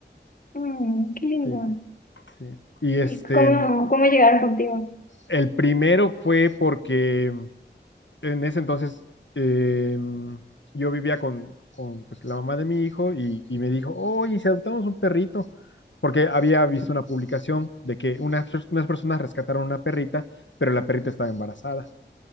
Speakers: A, on the left; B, on the left.
A: Mm, qué lindo.
B: Sí. Sí. Y este,
A: ¿Y cómo, cómo llegaron contigo?
B: el primero fue porque en ese entonces eh, yo vivía con, con pues, la mamá de mi hijo y, y me dijo, oye, si adoptamos un perrito, porque había visto una publicación de que unas, unas personas rescataron una perrita, pero la perrita estaba embarazada.